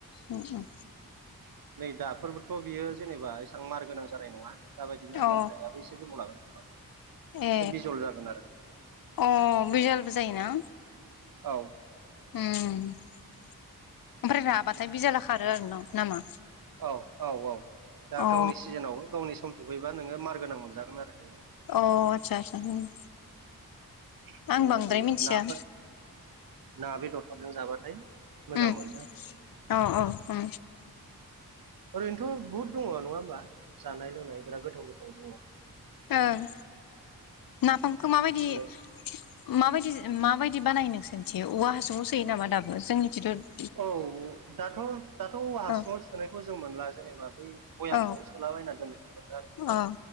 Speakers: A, on the left (about 65°); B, on the right (about 65°).
A: उम उ।
B: नै दाफोरबोथ' बियो जेनेबा एसेबां मार गोनां जानाय नङा दाबायदिनो
A: अ
B: मोननायाबो एसे गोबाव लागोन। खोमा
A: ए
B: एसे बिजल जागोन आरो
A: अ बिजलबो जायोना?
B: औ।
A: ओम ओमफ्राय राबाथाय बिजाला खारो आरो ना नामा?
B: औ औ औ दा
A: अ
B: गावनि सिजोनावबो गावनि सम सफैबा नोङो मार गोनां मोनजागोन आरो।
A: अ आतसासा ओम।
B: नोङो
A: आं बांद्राय
B: बे
A: मिथिया
B: नाफोर ना बेदरफोरजों जाबाथाय मोजां
A: उम
B: मोनो
A: अ अ
B: ओरैनोथ' बहुद दङ नङा होमबा जानाय लोंनाय बिराद गोथाव गोथाव दङ।
A: ओं नाफामखौ माबायदिजों
B: माखासे
A: माबाय बिदि बानाय नों सोंथि औवा हासुं आव सोयो नामा दाबो जोंनि थिं थ'।
B: औ दाथ' दाथ' औवा हासुङाव
A: औ
B: सुोनायखौ जों मोनला जेनेबा बै बयामखौबो
A: औ
B: सोलाबायना दोननायखौ मोनो आरो।
A: औ